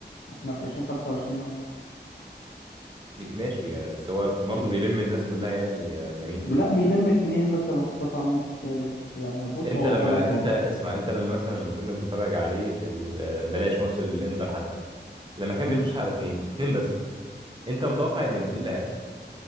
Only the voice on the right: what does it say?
ماشي بس هو برضه بيلم الناس كلها يعني آه، لامين
انت
لما
انت
اسمع انت لما مثلا لما كنا بنتفرج عليه في ال- آه، بلاش ماتش الانتر حتى لما كان
بيخش على اتنين اتنين بس انت متوقع ان ال- ايه اللي هيحصل